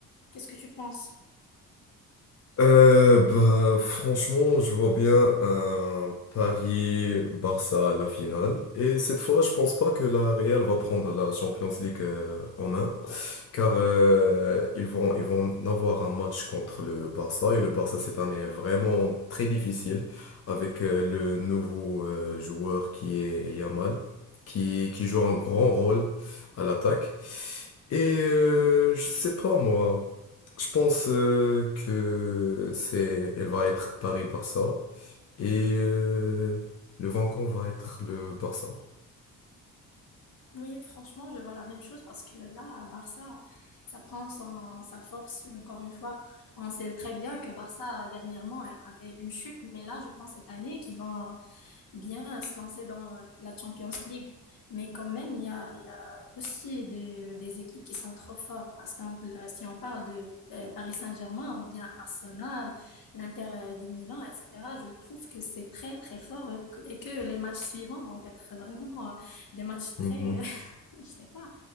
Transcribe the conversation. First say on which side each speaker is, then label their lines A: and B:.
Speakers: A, on the left; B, on the left.
A: qu'est-ce que tu penses?
B: Euh, bah, franchement, je vois bien un Paris-Barça à la finale. Et cette fois, je pense pas que la Real va prendre la Champions League euh, en main. Car euh, ils vont, ils vont avoir un match contre le Barça et le Barça cette année est vraiment très difficile avec euh, le nouveau euh, joueur qui est Yamal qui, qui joue un grand rôle à l'attaque. Et euh, je sais pas moi, je pense euh, que c'est elle va être Paris-Barça et euh, le vainqueur va être le Barça.
A: Oui, franchement, je vois la même chose parce que là, à Barça, ça prend son, sa force encore une fois. On sait très bien que Barça, dernièrement, avait une chute, mais là, je pense cette année qu'ils vont bien se lancer dans la Champions League. Mais quand même, il y a, il y a aussi des, des équipes qui sont trop fortes. Par exemple, si on parle de euh, Paris Saint-Germain ou bien Arsenal, l'Inter de Milan, etc., je trouve que c'est très, très fort euh, que- et que les matchs suivants vont être vraiment euh, des matchs
B: Mhm.
A: très, je sais pas,